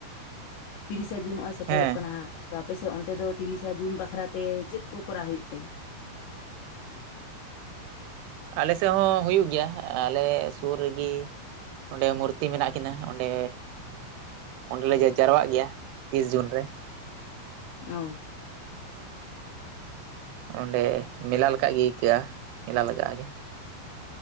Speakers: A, on the left (about 75°); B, on the right (about 85°).
A: ᱛᱤᱨᱤᱥᱟ ᱡᱩᱱ ᱱᱚᱜᱼᱚᱭ ᱥᱮᱴᱮᱨᱚᱜ
B: ᱦᱮᱸ
A: ᱠᱟᱱᱟ ᱦᱟᱸᱜ ᱛᱚ ᱟᱯᱮᱥᱮᱫ ᱚᱱᱛᱮ ᱫᱚ ᱛᱤᱨᱤᱥᱟ ᱡᱩᱱ ᱵᱟᱠᱷᱨᱟ ᱛᱮ ᱪᱮᱫ ᱠᱚ ᱠᱚᱨᱟᱣ ᱦᱩᱭᱩᱜ ᱛᱮ?
B: ᱟᱞᱮ ᱥᱮᱫ ᱦᱚᱸ ᱦᱩᱭᱩᱜ ᱜᱮᱭᱟ ᱟᱞᱮ ᱥᱩᱨ ᱨᱮᱜᱮ ᱚᱸᱰᱮ ᱢᱩᱨᱛᱤ ᱢᱮᱱᱟᱜ ᱠᱤᱱᱟᱹ ᱚᱸᱰᱮ ᱚᱸᱰᱮᱞᱮ ᱡᱟ ᱡᱟᱨᱣᱟᱜ ᱜᱮᱭᱟ ᱛᱤᱥ ᱡᱩᱱ ᱨᱮ
A: ᱚ
B: ᱚᱸᱰᱮ ᱢᱮᱞᱟ ᱞᱮᱠᱟᱜ ᱜᱮ ᱟᱹᱭᱠᱟᱹᱜ-ᱟ ᱢᱮᱞᱟ ᱞᱟᱜᱟᱜ-ᱟ ᱟᱜᱮ